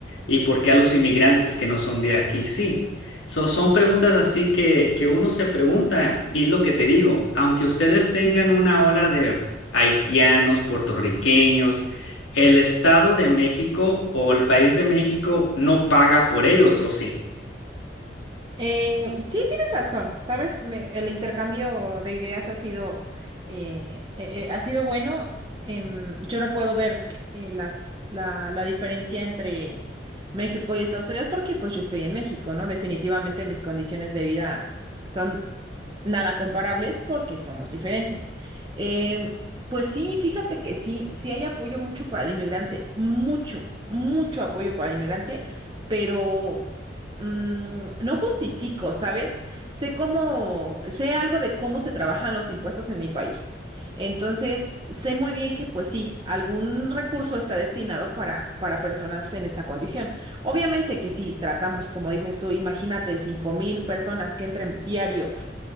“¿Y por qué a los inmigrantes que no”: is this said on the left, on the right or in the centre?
Left